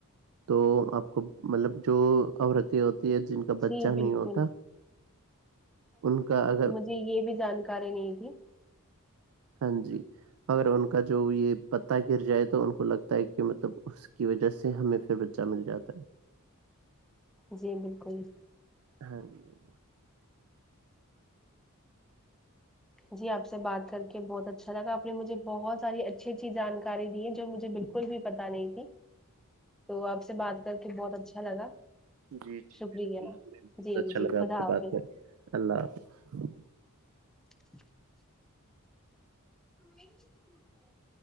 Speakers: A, on the right; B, in the centre.
A: تو آپ کو مطلب جو آورتی ہوتی ہے جن بچہ
B: جی
A: نہیں
B: بالکل
A: ہوتا ان کا اگر
B: جی یہ بھی جانکاری نہیں تھی
A: ہاں جی اگر ان کا جو یہ پتا گر جائے تو ان کو لگ ہے کہ مطلب اس کی وجہ سے ہمیں پھر بچہ مل جاتا ہے
B: جی بالکل
A: ہاں <unintelligible>
B: جی آپ سے بات کر کے بہت اچھا لاپ نے مجھے بہت ساری اچھی اچھی جانکاری دی ہے جو مجھے بالکل کل بھی پتا نہیں تھی تو آپ سے بات کر کے بہت اچھا لگا
A: جی جی
B: شکریہ
A: بالکل ہمیں بھی بہت
B: جی
A: اچھا
B: جی
A: لگا
B: خدا
A: آپ سے
B: حافظ
A: بات کریں اللہ حافظ
B: <inaudible> ہنا <unintelligible>